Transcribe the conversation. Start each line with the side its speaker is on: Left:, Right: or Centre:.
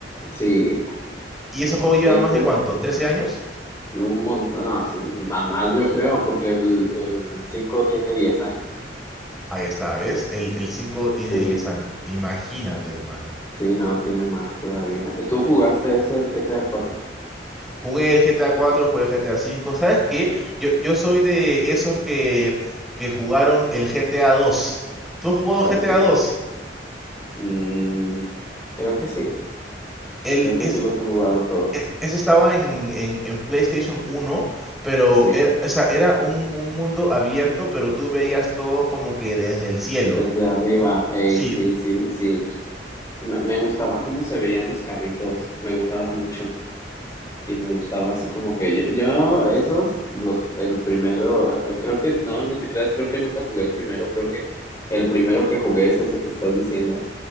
Left: sí.
Centre: ¿Y ese juego lleva
Left: Sí, es
Centre: más
Left: que
Centre: de cuánto? trece años?
Left: No, un montón, no, sí, a más yo creo, porque el, el 5 tiene 10 años.
Centre: Ahí está, ¿ves? El, el 5 tiene
Left: Sí,
Centre: 10 años. Imagínate, hermano.
Left: sí, no, tiene más todavía. Eh, ¿Tú jugaste ese, el GTA cuatro?
Centre: Jugué el GTA cuatro, jugué el GTA cinco. ¿Sabes qué? Yo, yo soy de esos que, que jugaron el GTA dos. ¿Tú has jugado
Left: Ok.
Centre: GTA dos?
Left: Mm, creo que sí,
Centre: El,
Left: creo que
Centre: es,
Left: sí los he jugado todos.
Centre: e- ese estaba en, en, en PlayStation uno, pero
Left: Sí,
Centre: era, o sea, era un, un mundo abierto, pero tú veías todo como que desde el cielo.
Left: desde arriba, ey,
Centre: Sí,
Left: sí, sí, sí. Me, me gustaba cómo se veían los carritos, me gustaba mucho. Y me gustaba así como que yo, yo esos, los, el primero, eh, creo que es, no, no te creas, creo que nunca jugué el primero, creo que el primero que jugué es ese que estás diciendo.